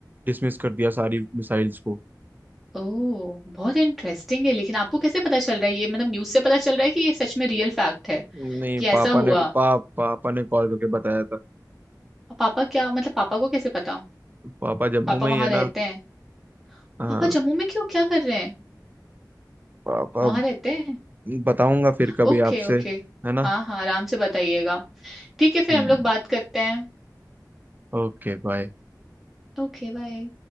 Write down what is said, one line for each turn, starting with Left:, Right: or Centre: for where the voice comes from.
Right: डिसमिस कर दिया सारी मिसाइल्स को
Centre: ओह बहुत इंटरेस्टिंग है लेकिन आपको कैसे पता चल रहा है ये मतलब न्यूज़ से पता चल रहा है कि ये सच में रियल फैक्ट है
Right: नहीं
Centre: कि
Right: पापा
Centre: ऐसा
Right: ने
Centre: हुआ और
Right: पा, पापा ने कॉल करके बताया था
Centre: पापा क्या मतलब पापा को कैसे पता
Right: पापा जम्मू
Centre: पापा
Right: में
Centre: वहां
Right: ही है ना
Centre: रहते हैं
Right: हाँ
Centre: पापा जम्मू में क्यों क्या कर रहे हैं
Right: पापा
Centre: वहां रहते हैं
Right: बताऊंगा फिर कभी
Centre: Okay
Right: आपसे
Centre: okay
Right: है ना
Centre: हाँ हाँ आराम से बताइएगा ठीक है फिर
Right: हम्म
Centre: हम लोग बात करते हैं
Right: Okay bye
Centre: Okay bye